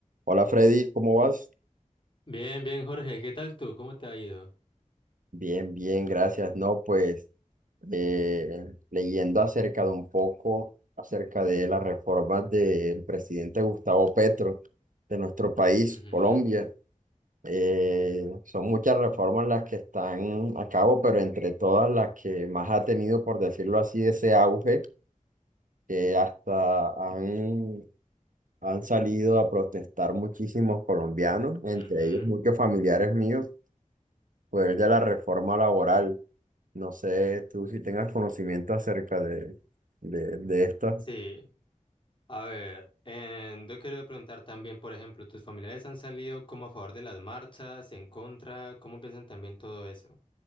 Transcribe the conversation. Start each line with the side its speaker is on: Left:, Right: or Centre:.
Right: Hola Freddy, ¿cómo vas?
Left: Bien, bien, Jorge, ¿qué tal tú? ¿Cómo te ha ido?
Right: Bien, bien, gracias. No, pues eh, leyendo acerca de un poco, acerca de las reformas del presidente Gustavo Petro de nuestro país,
Left: Ujú,
Right: Colombia. Eh, son muchas reformas las que están a cabo, pero entre todas las que más ha tenido, por decirlo así, ese auge, que hasta han, han salido a protestar muchísimos colombianos, entre
Left: ujú.
Right: ellos muchos familiares míos fue el de la reforma laboral. No sé tú si tengas conocimiento acerca de, de, de estas.
Left: Sí, a ver, em, yo quiero preguntar también, por ejemplo, ¿tus familiares han salido como a favor de las marchas, en contra? ¿Cómo piensan también todo eso?